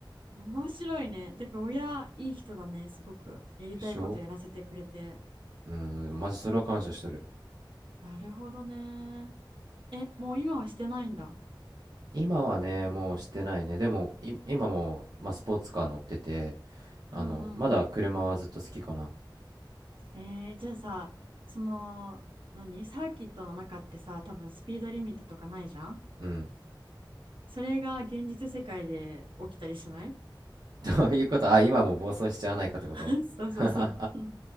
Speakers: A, on the right (about 80°); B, on the right (about 55°).
A: 面白いね。てか、親、いい人だね、すごく。やりたいことやらせてくれて。
B: でしょうん、でもマジそれは感謝しとる。
A: なるほどね。え、もう今はしてないんだ。
B: 今はね、もうしてないね。でも、い今も、まあ、スポーツカー乗ってて、あの、
A: うんうんう
B: まだ車はずっと好きかな。
A: ん。えー、じゃあさ、その、何サーキットの中ってさ、多分スピードリミットとかないじゃん
B: うん。
A: それが現実世界で起きたりしない
B: そういうこと、<laughs> あ、今も暴走しちゃわないかってこと
A: <laughs> そうそうそう。
B: <laughs> い
A: うん